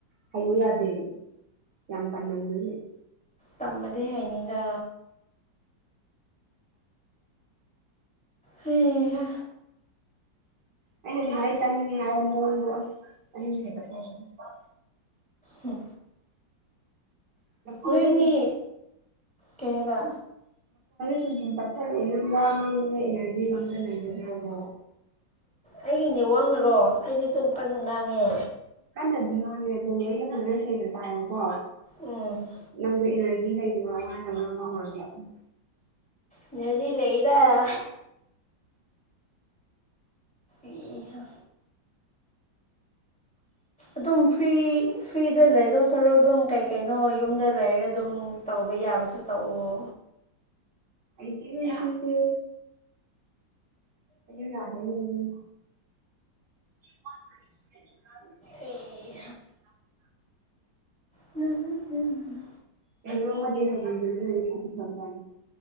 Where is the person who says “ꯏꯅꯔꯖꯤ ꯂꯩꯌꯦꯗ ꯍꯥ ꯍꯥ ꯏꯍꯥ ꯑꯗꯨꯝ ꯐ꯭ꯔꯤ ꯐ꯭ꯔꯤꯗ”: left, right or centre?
Centre